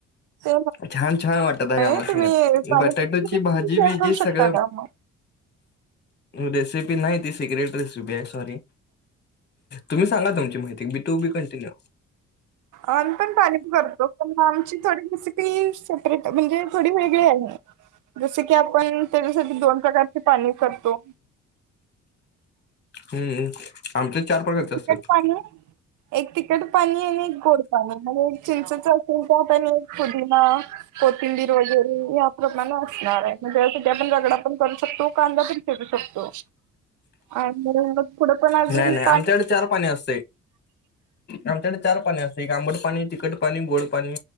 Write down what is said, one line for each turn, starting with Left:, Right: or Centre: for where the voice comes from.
Right: ते
Left: छान छान वाटत
Right: नाही
Left: आहे आम्हांसनी
Right: तुम्ही पाणीपुरी
Left: बटाटेची
Right: रेसिपी
Left: भाजी
Right: शेअर
Left: बिजी
Right: करू शकता
Left: सगळं
Right: का मग?
Left: रेसिपी नाही ती सिक्रेट रेसिपी आहे सॉरी. तुम्ही सांगा तुमची माहिती बी टू बी कंटिन्यू.
Right: आम् पण पाणी करतो पण आमची थोडी रेसिपी. म्हणजे थोडी वेगळी आहे जस की आपण त्याच्यासाठी दोन प्रकारचे पाणी करतो.
Left: हम्म आमचे चार प्रकारचे
Right: तिखट
Left: असतात.
Right: पाणी एक तिखट पाणी आणि एक गोड पाणी म्हणजे एक चिंचच असेल तर आप एक पुदिना कोथिंबीर वगैरे ह्या प्रमाणे असणार आहे म्हणजेसाठी आपण रगडा पण करू शकतो कांदा पण फेरू शकतो. आणि मग पुढं पण अजून
Left: नाही नाही
Right: पा
Left: आमच्याकडे चार पाणी असते आमच्याकडे चार पाणी असते एक आंबड पाणी तिखट पाणी गोड पाणी